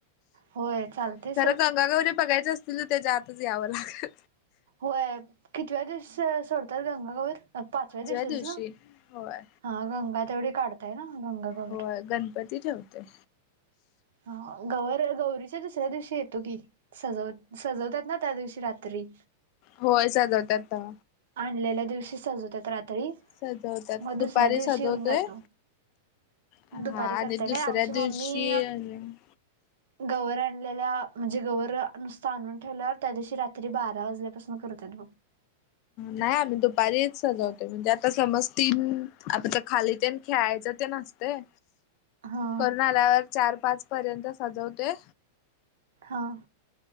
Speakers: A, on the right; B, on the left.
A: होय चालतय सोड
B: तर गंगागौरी बघायच असतील त्याच्या आतच यावं लागल.
A: होय कितव्या दिवस, सोडतात गंगागवर, पाचव्या दिवशीच
B: दिवशी
A: ना.
B: होय.
A: हा गंगा तेवढी काढताय ना गंगा गवर
B: होय गणपती ठेवते.
A: हा गवर गौरीच्या दुसऱ्या दिवशी येतो की. सजवत-सजवतात ना त्या दिवशी रात्री.
B: होय साजवतात ना.
A: आणलेल्या दिवशी सजवतात रात्री,
B: सजवतात
A: मग दुसऱ्या
B: दुपारी
A: दिवशी
B: सजवतोय.
A: येऊन जातो.
B: हा
A: दुपारी
B: आणि
A: करत्या
B: दुसऱ्या
A: काय आमची मम्मी
B: दिवशी
A: गवर आणलेल्या म्हणजे गवर नुसता आणून ठेवल्यावर त्या दिवशी रात्री बारा वाजल्यापासून करतात.
B: नाही आम्ही दुपारीच सजवते म्हणजे आता समज तीन आता ते खाली तेन खेळायचं तेन असते,
A: हा
B: करून आल्यावर चार पाच पर्यंत सजवतोय.
A: हां.